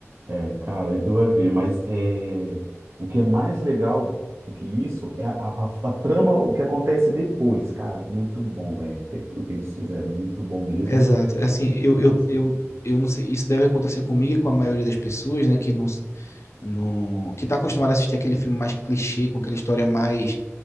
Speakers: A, on the right (about 55°); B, on the left (about 65°).
A: É, cara, aí tu vai ver, mas é, o que é mais legal do que isso é a, a- a trama, o que acontece depois, cara, muito bom, velho, É o que eles fizeram, muito bom mesmo.
B: Exato. Assim, eu,
A: Tipo
B: eu,
A: assim,
B: eu, eu não sei, isso deve acontecer comigo e com a maioria das pessoas, né, que não, não que tá acostumado a assistir aquele filme mais clichê, com aquela história mais